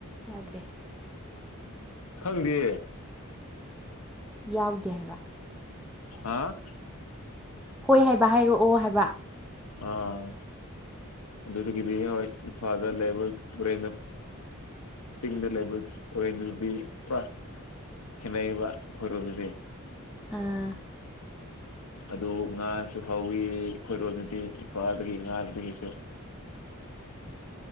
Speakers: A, in the centre; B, on the left.
A: ꯌꯥꯎꯗꯦ
B: ꯈꯪꯗꯦ
A: ꯌꯥꯎꯗꯦ ꯍꯥꯏꯕ
B: ꯍꯥ
A: ꯍꯣꯏ ꯍꯥꯏꯕ ꯍꯥꯏꯔꯛꯑꯣ ꯍꯥꯏꯕ
B: ꯑꯥ ꯑꯗꯨꯗꯒꯤꯗꯤ ꯍꯣꯏ ꯏꯝꯐꯥꯗ ꯂꯩꯕ ꯇꯨꯔꯦꯟ ꯆꯤꯡꯗ ꯂꯩꯕ <unintelligible> ꯗꯨꯗꯤ ꯄꯨꯔꯥ ꯈꯦꯠꯅꯩꯕ ꯑꯩꯈꯣꯏꯔꯣꯝꯗꯗꯤ
A: ꯑꯥ
B: ꯑꯗꯨ ꯉꯥꯁꯨ ꯍꯧꯋꯤ ꯈꯣꯏꯔꯣꯝꯗꯨꯗꯤ ꯏꯝꯐꯥꯜꯗꯒꯤ ꯉꯥꯗꯨꯗꯒꯤꯁꯨ